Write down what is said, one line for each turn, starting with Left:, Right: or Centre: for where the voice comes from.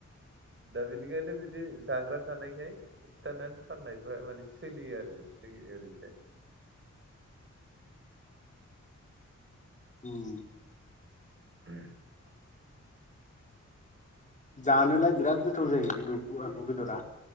Right: दा बिनिखायनो बिदि जाग्रा थानायखाय सिथारनानै फाननायफ्रा माने सोलियो आरो जोंनि ओरैजाय।
Left: ओम।
Right: <inaudible>
Left: जानोलाय बिराद गोथाव जायो खिन्थु एम्बु बेदरा।